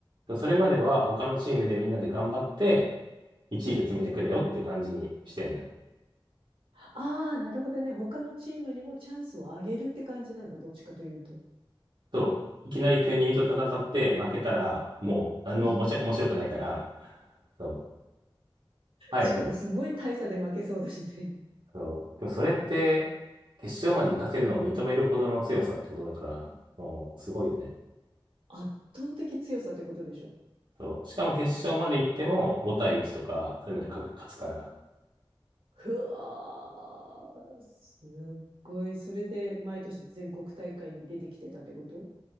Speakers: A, on the right; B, on the right.
A: そうそれまでは、他のチームでみんなで頑張って、1位を決めてくれよって感じにしてんのよ。
B: ああああ、なるほどね。他のチームにもチャンスをあげるって感じなんだ。どっちかというと。
A: そう。いきなり国見と戦って、負けたら、もう、何もおもし面白くないから、
B: <laughs>
A: そう。あえてね
B: しかもすごい大差で負けそうだしね。
A: そうでもそれって、決勝まで行かせるのを認めるほどの強さってことだから、もうすごいよね。
B: 圧倒的強さってことでしょ。
A: そう。しかも決勝まで行っても5対1とか、そういうので勝勝つから。
B: ふわー。すっごい。それで毎年全国大会に出てきてたってこと